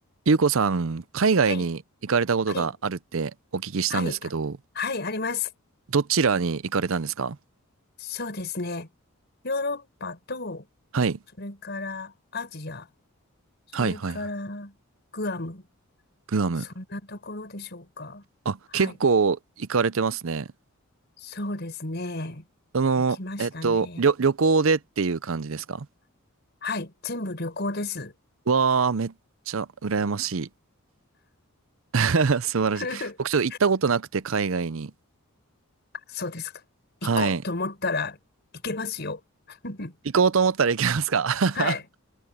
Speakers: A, on the right; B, on the left.
A: ゆうこさん、海外に行かれたことがあるってお聞きしたんですけど、
B: はい、はい、はい、あはい、あります。
A: どちらに行かれたんですか
B: そうですね。ヨーロッパと、
A: はい。
B: それからアジア、それからグアム、
A: はいはいはい。グアム。
B: そんなところでしょうか。
A: あ、
B: はい、
A: 結構行かれてますね。
B: そうですね。
A: その、
B: 行きましたね。
A: えっと、旅、旅行でっていう感じですか
B: はい、全部旅行です。
A: わー、めっちゃ羨ましい。<laughs> 素晴らしい。
B: <laughs>
A: 僕ちょっと行ったことなくて、海外に。
B: そうですか。行こうと思ったら行けますよ。
A: はい。
B: <laughs>
A: 行こうと思ったら行けますか <laughs>
B: はい、